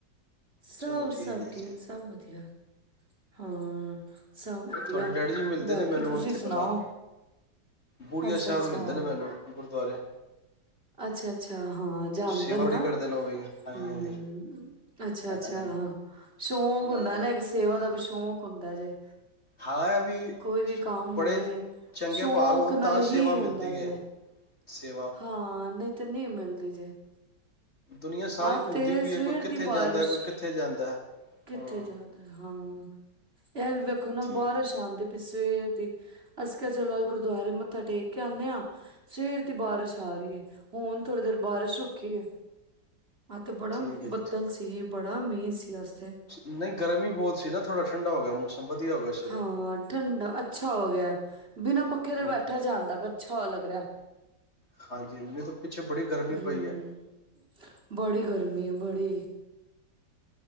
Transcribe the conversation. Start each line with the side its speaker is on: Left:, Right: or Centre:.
Right: ਸਭ
Left: ਚਲੋ
Right: ਸਭ
Left: ਹੈ
Right: ਠੀਕ
Left: ਜੀ
Right: ਸਭ ਵਧੀਆ। ਹਾਂ, ਸਭ ਵਧੀਆ
Left: ਤੁਹਾਡੇ ਡੈਡੀ ਜੀ ਮਿਲਦੇ
Right: ਬਾਕੀ
Left: ਨੇ ਮੈਨੂੰ
Right: ਤੁਸੀਂ
Left: ਉੱਥੇ
Right: ਸੁਣਾਓ।
Left: ਆਪਣਾ ਬੁੜੀਆ
Right: ਅੱਛਾ-
Left: ਸਾਹਿਬ
Right: ਅੱਛਾ
Left: ਮਿਲਦੇ ਨੇ ਮੈਨੂੰ ਗੁਰਦੁਆਰੇ
Right: ਅੱਛਾ- ਅੱਛਾ ਹਾਂ ਜਾਂਦੇ
Left: ਸੇਵਾ
Right: ਨਾ
Left: ਬੜੀ ਕਰਦੇ ਨੇ ਉਹ ਵੀ ਹਾਂਜੀ
Right: ਹੂੰ।
Left: ਹਾਂਜੀ
Right: ਅੱਛਾ- ਅੱਛਾ
Left: ਹਾਂਜੀ
Right: ਸ਼ੌਕ ਹੁੰਦਾ
Left: ਹਾਂ
Right: ਨਾ ਇੱਕ ਸੇਵਾ ਦਾ ਸ਼ੌਕ ਹੁੰਦਾ ਜੇ
Left: ਹਾਂ ਵੀ
Right: ਕੋਈ ਵੀ ਕੰਮ
Left: ਬੜੇ
Right: ਹੋਏ
Left: ਚੰਗੇ
Right: ਸ਼ੌਕ
Left: ਭਾਗ ਹੋਣ
Right: ਨਾਲ
Left: ਤਾਂ
Right: ਹੀ
Left: ਸੇਵਾ
Right: ਹੁੰਦਾ
Left: ਮਿਲਦੀ
Right: ਜੇ
Left: ਹੈ। ਸੇਵਾ
Right: ਹਾਂ, ਨਹੀਂ ਤੇ ਨਹੀਂ ਮਿਲਦੀ ਜੇ
Left: ਦੁਨੀਆਂ ਸਾਰੀ
Right: ਆ
Left: ਘੁੰਮਦੀ
Right: ਤੇ
Left: ਪਈ
Right: ਸਵੇਰ
Left: ਹੈ ਕੋਈ ਕਿੱਥੇ
Right: ਦੀ ਬਾਰਿਸ਼
Left: ਜਾਂਦਾ ਕੋਈ ਕਿੱਥੇ ਜਾਂਦਾ।
Right: ਕਿੱਥੇ
Left: ਹਾਂ
Right: ਜਾਂਦਾ ਹਾਂ। <inaudible> ਇਹ ਵੀ ਵੇਖੋ ਨਾ
Left: ਠੀਕ
Right: ਬਾਰਸ਼ ਆਂਦੀ ਪਈ ਸੀ। ਸਵੇਰ ਦੀ ਅਸੀਂ ਕਿਹਾ ਚਲੋ ਅੱਜ ਗੁਰਦੁਆਰੇ ਮੱਥਾ ਟੇਕ ਕੇ ਆਂਦੇ ਹਾਂ, ਸਵੇਰ ਦੀ ਬਾਰਿਸ਼ ਆ ਰਹੀ ਹੈ ਹੁਣ ਥੋੜ੍ਹੀ ਦੇਰ ਬਾਰਿਸ਼ ਰੁਕੀ ਹੈ। ਅੱਜ ਤੇ ਬੜਾ
Left: ਠੀਕ ਹੈ
Right: ਬੱਦਲ
Left: ਜੀ
Right: ਸੀ। ਬੜਾ ਮੀਂਹ ਸੀ ਅੱਜ ਤੇ।
Left: ਨਹੀਂ, ਗਰਮੀ ਬਹੁਤ ਸੀ ਨਾ ਥੋੜਾ ਠੰਢਾ ਹੋ ਗਿਆ ਮੌਸਮ ਵਧੀਆ ਹੋ ਗਿਆ ਸਗੋਂ।
Right: ਹਾਂ ਠੰਡਾ ਅੱਛਾ ਹੋ ਗਿਆ ਬਿਨਾਂ ਪੱਖੇ ਦੇ
Left: ਹੂੰ
Right: ਬੈਠਾ ਜਾਂਦਾ ਬ ਅੱਛਾ ਲੱਗ ਰਿਹਾ।
Left: ਹਾਂਜੀ ਮੀਂਹ ਤੋਂ ਪਿੱਛੇ ਬੜੀ ਗਰਮੀ
Right: ਹੂੰ
Left: ਪਈ ਹੈ।
Right: ਬੜੀ ਗਰਮੀ ਬੜੀ